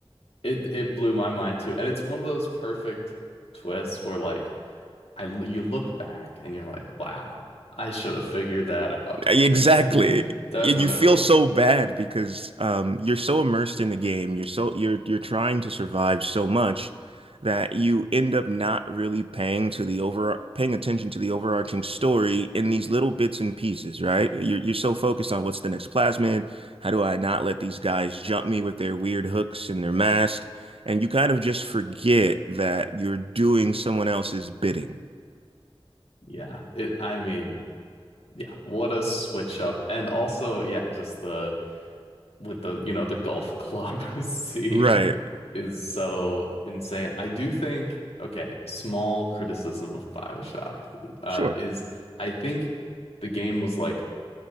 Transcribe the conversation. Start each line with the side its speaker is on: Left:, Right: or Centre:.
Left: It it blew my mind too. And it's one of those perfect twists where like I l- you look back and you're like, wow, I should have figured that out.
Right: Exactly.
Left: If <laughs> definitely.
Right: And you feel so bad because um, you're so immersed in the game. You're so you're you're trying to survive so much that you end up not really paying to the over paying attention to the overarching story in these little bits and pieces, right? You're you're so focused on what's the next plasmid. How do I not let these guys jump me with their weird hooks and their mask? And you kind of just forget that you're doing someone else's bidding.
Left: Yeah, it I mean Yeah, what a switch up. And also, yeah, just the with the, you know, the golf club <laughs> scene
Right: Right.
Left: is so insane. I do think, okay, small criticism of BioShock uh,
Right: Sure.
Left: is I think the game was like